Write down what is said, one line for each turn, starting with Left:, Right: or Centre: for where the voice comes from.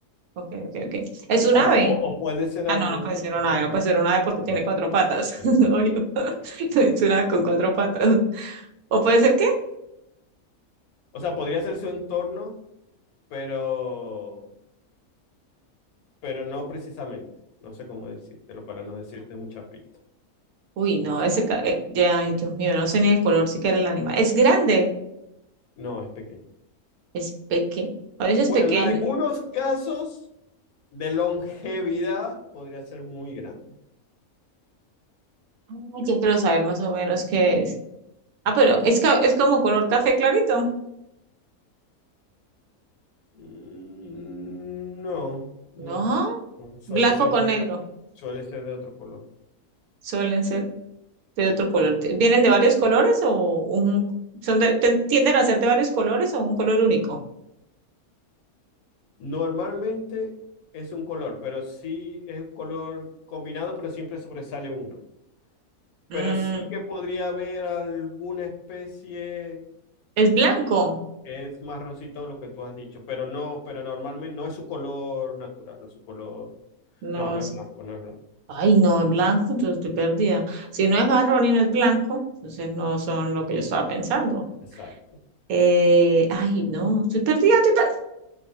Right: Ok, ok, ok. Es un
Left: O,
Right: ave.
Left: o- o puede ser
Right: Ah,
Left: algún,
Right: no, no puede ser un
Left: algún-
Right: ave, no puede ser un ave porque
Left: no,
Right: tiene cuatro patas,
Left: tiene
Right: <laughs>
Left: cuatro
Right: obvio.
Left: patas,
Right: <laughs>
Left: exacto.
Right: Es un ave con cuatro patas. ¿O puede ser qué?
Left: O sea, podría ser su entorno, pero, pero no precisamente. No sé cómo decírtelo para no decirte muchas pistas.
Right: Uy, no, ese, ca- eh, ya, ay, Dios mío, no sé ni el color siquiera el animal. Es grande,
Left: No, es pequeño.
Right: es pequeño. A veces
Left: Bueno,
Right: pequeño.
Left: en algunos casos de longevidad podría ser muy grande.
Right: Ah, ya quiero saber más o menos qué es. Ah, pero es, ca- es como color café clarito.
Left: Mm, No, no,
Right: No,
Left: no. Suele
Right: blanco
Left: ser
Right: con
Left: de, ot-
Right: negro.
Left: suele ser de otro color.
Right: Suelen ser de otro color. Te- ¿Vienen de varios colores o un, son de- ten- tienden a ser de varios colores o un color único?
Left: Normalmente es un color, pero sí es un color combinado, pero siempre sobresale uno.
Right: Mm,
Left: Pero sí que podría haber alguna especie
Right: es blanco.
Left: que es marroncito, lo que tú has dicho, pero no, pero normalmente no es su color natural, o su color. No,
Right: No,
Left: no
Right: es-
Left: es blanco, no es blanco.
Right: ay, no, es blanco, entonces estoy perdida. Si no es marrón y no es blanco, entonces no son lo que yo estaba pensando.
Left: Exacto.
Right: Eh, ay, no, estoy perdida, estoy perdida.